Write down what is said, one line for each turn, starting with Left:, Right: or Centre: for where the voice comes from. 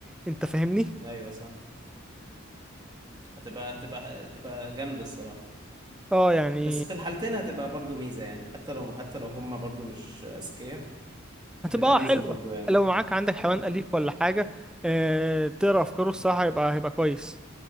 Centre: انت فاهمني
Right: ايوه صح هتبقى هتبقى هتبقى جامده الصراحه
Centre: اه يعني
Right: بس في الحالتين هتبقى برضو ميزة يعني حتى لو حتى لو هما برضو مش أذكياء هتبقى
Centre: هتبقى آه،
Right: ميزة
Centre: حلوه
Right: برضو يعني
Centre: لو معاك عندك حيوان
Right: تبقى
Centre: اليف ولا حاجه اه تقرا افكاره الصراحه هيبقى هيبقى كويس